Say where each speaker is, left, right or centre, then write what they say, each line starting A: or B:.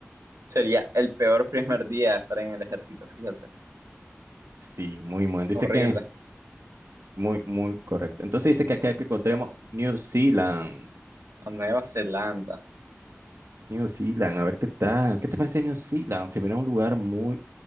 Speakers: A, on the right; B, on the right.
A: Sería el peor primer día de estar en el ejército, fíjate.
B: Sí, muy, muy. Dice
A: Horrible.
B: que es muy, muy correcto. Entonces dice que acá que encontremos New Zealand.
A: A Nueva Zelanda.
B: New Zealand, a ver qué tal. ¿Qué te parece New Zealand? Se mira un lugar muy